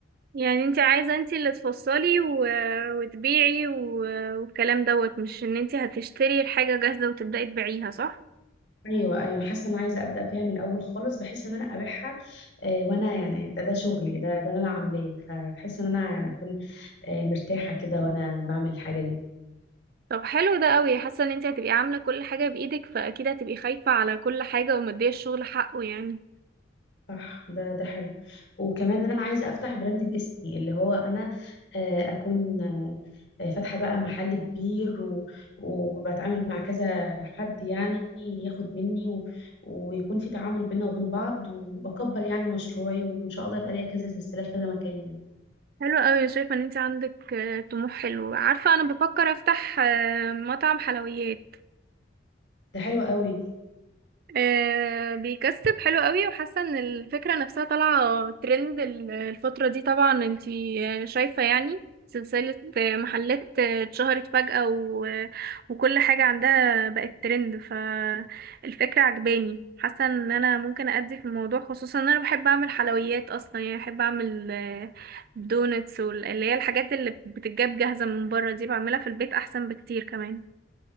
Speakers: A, on the right; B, on the left.
A: يعني انت عايزة انت اللي تفصلي و... وتبيعي و... والكلام دوت مش ان انت هتشتري الحاجة جاهزة وتبدأي تبيعيها صح؟
B: ايوه ايوه انا حاسه ان انا عايزه ابدا فيها من الاول خالص بحيث ان انا ابيعها آه، وانا يعني ده ده شغلي ده ده انا عاملاه فتحس ان انا انا اكون آه، مرتاحه كده وانا بعمل الحاجه دي
A: طب حلو ده قوي حاسة ان انت هتبقي عاملة كل حاجة بإيدك فأكيد هتبقي خايفة على كل حاجة ومدية الشغل حقه يعني
B: صح ده ده حلو وكمان ان انا عايزه افتح براند باسمي اللي هو انا آه، اكون آه، فاتحه بقى محل كبير و- وبتعامل مع كذا حد يعني ياخد مني و- ويكون في تعامل بينا وبين بعض واكبر يعني مشروعي وان شاء الله يبقى ليا كذا سلسله في كذا مكان يعني
A: حلو قوي شايفة ان انت عندك آه، طموح حلو عارفة انا بفكر افتح آه، مطعم حلويات
B: ده حلو قوي
A: آه، بيكسب حلو قوي وحاسه ان الفكره نفسها طالعه ترند ال- الفتره دي طبعا انتي آه، شايفه يعني سلسله آه، محلات آه، اتشهرت فجأة و... وكل حاجه عندها بقت ترند فالفكره عجباني حاسه ان انا ممكن ادي في الموضوع خصوصا ان انا بحب اعمل حلويات اصلا يعني بحب اعمل آه، دونتس واللي هي الحاجات اللي بتتجاب جاهزه من بره دي بعملها في البيت احسن بكتير كمان